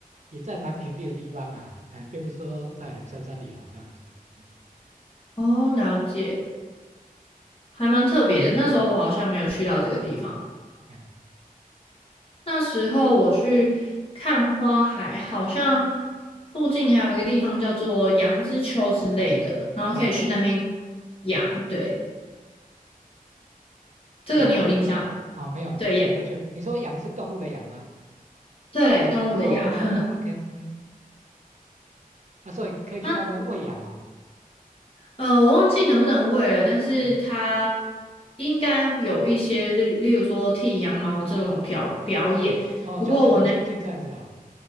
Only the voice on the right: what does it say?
也在蛮平地的地方啦，哎，并不是说在很深山里头这样子，嗯，
哎，
哦，这
嗯，
羊哦，没有，
我没有去，你说羊是动物的羊吗？
哦，OK，
嗯，那所以可以去那边喂羊哦。
哎，是
哦，
就好像我们亲近这样子啊、